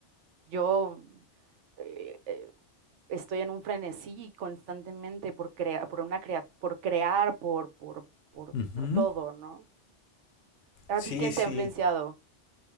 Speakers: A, on the right; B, on the left.
A: yo eh, eh, estoy en un frenesí constantemente por, crea, por, una crea, por crear, por, por, por,
B: ujú.
A: por, todo, ¿no? ¿A
B: Sí,
A: ti quién
B: sí.
A: te ha influenciado?